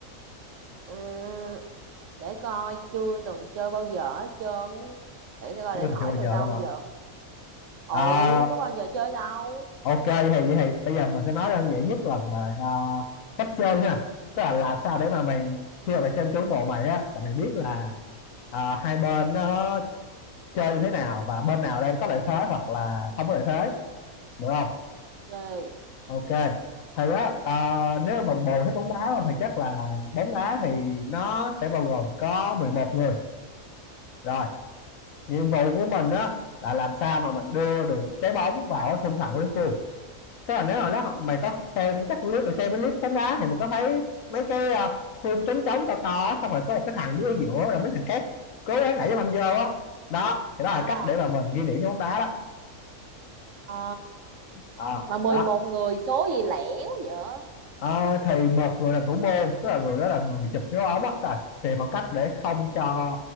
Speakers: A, on the right; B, on the left.
A: Ừm, để coi chưa từng chơi bao giờ hết trơn. Để tao coi
B: chứ
A: để
B: mình
A: hỏi
B: chưa bao
A: từ
B: giờ
A: đâu
B: luôn hả
A: giờ. Ồ,
B: à
A: có bao giờ chơi đâu.
B: ok vậy thì vậy thì bây giờ mình sẽ nói đơn giản nhất là về ờ, cách chơi ha tức là làm sao để mà mày khi mà mày xem trúng bộ mày á là mày biết là ờ, hai bên nó chơi như thế nào và bên nào đang có lợi thế hoặc là không có lợi thế được không
A: Ghê.
B: Ok thì á à, nếu mà bồ thích bóng đá không thì chắc là bóng đá thì nó sẽ bao gồm có mười một người rồi nhiệm vụ của mình á là làm sao mà mình đưa được trái bóng vào cái khung thành của đối phương tức là nếu mà nó mày có xem chắc clip mày xem cái clip bóng đá thì mình có thấy mấy cái à, khung trống trống to to xong rồi có một cái thằng đứng ở giữa rồi mấy thằng khác cố gắng đẩy cái banh vô á đó thì đó là
A: À,
B: cách để mà mình ghi điểm cho bóng đá đó
A: à.
B: Ờ,
A: mà mười
B: đó
A: một người số gì lẻo vậy
B: Ờ, thì một người làm thủ môn tức là người đó là người chụp dấu ống á tức là tìm bằng cách để không cho